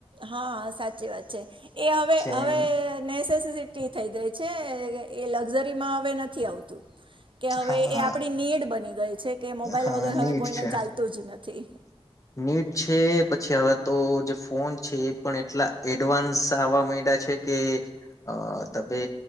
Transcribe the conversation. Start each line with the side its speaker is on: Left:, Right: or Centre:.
Right: હા સાચી વાત છે. એ હવે
Left: જેમ
Right: હવે મેસે સિટી થઈ ગઈ છે. એ લક્ઝરીમાં હવે નથી આવતું. કે હવે
Left: હા
Right: એ આપડી નીડ બની ગઈ છે કે મોબાઈલ
Left: હા
Right: વગર હવે
Left: નીટ
Right: કોઈને
Left: છે
Right: ચાલતું જ નથી.
Left: નીટ છે પછી હવે તો જે ફોન છે એ પણ એટલા એડવાન્સ આવા મન ડા છે કે અ તમે